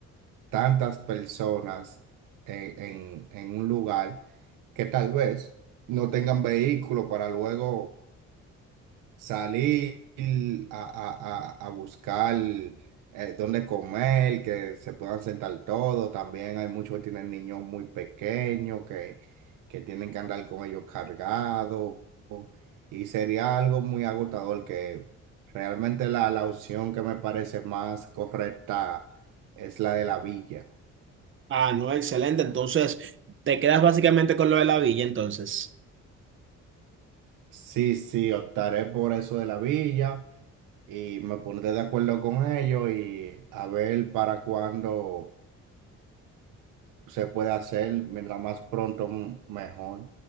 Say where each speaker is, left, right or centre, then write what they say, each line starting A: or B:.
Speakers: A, on the right; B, on the right.
A: tantas personas en, en- en un lugar que tal vez no tengan vehículo para luego salir a, a- a- a buscar eh, dónde comer, que se puedan sentar todos. También hay muchos que tienen niños muy pequeños que, que tienen que andar con ellos cargados. Y sería algo muy agotador que realmente la, la opción que me parece más correcta es la de la villa.
B: Ah, no, excelente. Entonces, te quedas básicamente con lo de la villa, entonces.
A: Sí, sí, optaré por eso de la villa y me pondré de acuerdo con ellos y a ver para cuándo se puede hacer, mientras más pronto m- mejor.